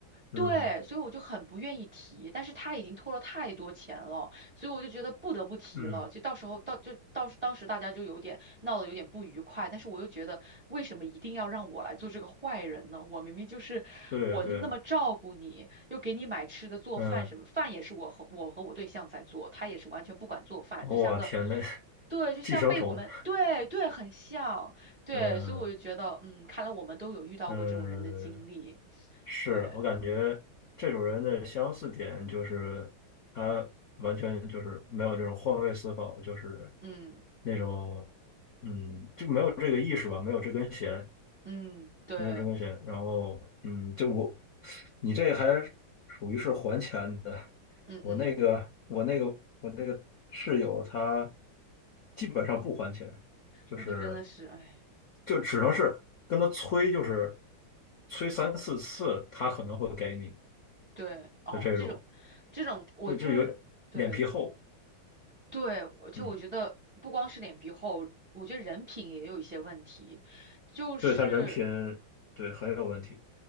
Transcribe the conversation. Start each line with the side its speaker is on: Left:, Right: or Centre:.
Left: 嗯
Right: 对，所以我就很不愿意提，但是他已经拖了太多钱了，所以我就觉得不得不提了。
Left: 嗯，
Right: 就到时候到就到时当时大家就有点闹得有点不愉快，但是我又觉得为什么一定要让我来做这个坏人呢？我明明就是我那那么照顾你，
Left: 对对，
Right: 又给你买吃的做饭什么，
Left: 嗯，
Right: 饭也是我和我和我对象在做，他也是完全不管做饭，
Left: 我天，
Right: 就像个。
Left: 那 <laughs>
Right: 对，就像被我们对对很像，
Left: 寄生虫，
Right: 对，
Left: 嗯
Right: 所以我就觉得，嗯，看来我们都有遇到过这种人的经历，
Left: 嗯。是我感觉这种人的相似点就是他完全就是没有这种换位思考，
Right: 对。
Left: 就是
Right: 嗯
Left: 那种嗯就没有这个意识吧，没有这根弦，
Right: 嗯，对，
Left: 没有这根弦。然后嗯，就我你这还属于是还钱的，
Right: 嗯嗯，
Left: 我那个我那个我那个室友他基本上不还钱，就是
Right: 那就真的是，哎，
Left: 就只能是跟他催，就是催三四次，他可能会给你。
Right: 对，哦，
Left: 就这种，
Right: 这种，这种，我就是，
Left: 对，就有点脸皮厚，
Right: 对对，我就我觉得不光是脸皮厚，
Left: 嗯，
Right: 我觉得人品也有一些问题，就是。
Left: 对他人品，对很有问题，